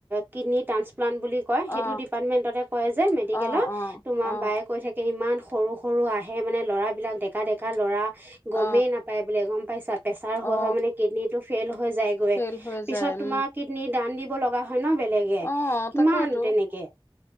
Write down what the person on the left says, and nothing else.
অ
অ অ
অ
অ
অ
ফেইল হৈ
যায় উম
অ
তাকেইতো